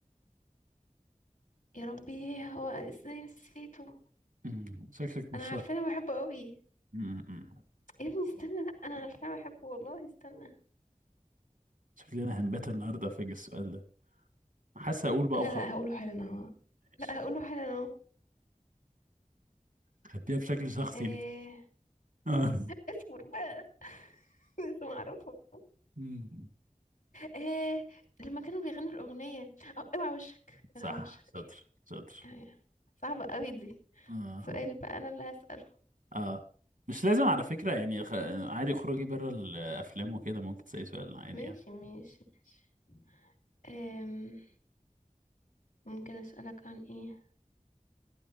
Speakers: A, on the left; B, on the right.
A: يا ربي هو ازاي نسيته
B: مم. شكلك مش
A: انا
B: شاطر
A: عارفة انا بحبه قوي
B: مم. مم.
A: يا ابني استنى لا انا عارفة انا بحبه والله استنى
B: شكلي انا هنبات النهارده فاجئ السؤال ده حاسس اقول بقى
A: لا
B: وخلاص
A: لا هقوله حالا اهو
B: ماشي
A: لا هقوله حالا اهو
B: خديها بشكل شخصي
A: آه
B: انت آه.
A: اصبر بقى <laughs> لسه معرفه
B: مم.
A: آه لما كانوا بيغنوا الأغنية اه اوعى وشك
B: صح
A: اوعى وشك
B: شاطر
A: ايه
B: شاطر
A: ايه صعبة قوي دي
B: اه
A: سؤال بقى انا اللي هسأل
B: اه مش لازم على فكرة يعني خ... عادي خروجي بره الافلام وكده ممكن تسألي سؤال عادي
A: ماشي
B: يعني
A: ماشي ماشي أم، ممكن أسألك عن إيه